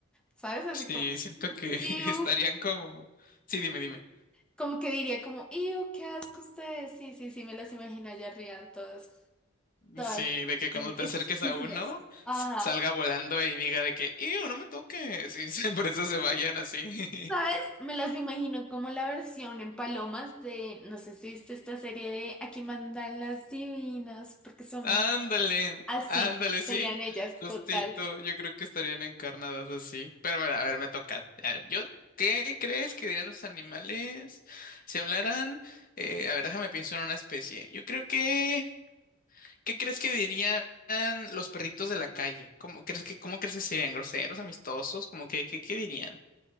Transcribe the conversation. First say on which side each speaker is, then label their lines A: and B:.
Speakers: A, in the centre; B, on the left.
A: ¿Sabes? Así
B: sí,
A: como...
B: siento
A: "Mm,
B: que
A: iu".
B: <laughs> estarían como, sí, dime, dime.
A: Como que diría como, ¡Iu, qué asco ustedes! Sí, sí, sí, me las imagino allá arriba, todas, todas
B: Sí, de que cuando
A: eh,
B: te
A: exclusivas.
B: acerques a uno,
A: Ajá.
B: s- salga volando y diga de que, ¡Ew, no me toques! Y se- <laughs> por eso se vayan así.
A: ¿Sabes? Me las imagino como la versión en palomas de, no sé si viste esta serie de Aquí mandan las divinas, porque
B: <laughs>
A: son
B: Ándale,
A: así,
B: ándale, sí,
A: serían ellas,
B: justito.
A: total.
B: Yo creo que estarían encarnadas así. Pero mira, a ver, me toca. A ver, Yo, ¿qué crees que dirían los animales si hablaran? Eh, a ver, déjame pienso en una especie. Yo creo que, ¿qué crees que dirían los perritos de la calle? ¿Cómo crees que, cómo crees que serían groseros, amistosos? ¿Cómo que, qué, qué dirían?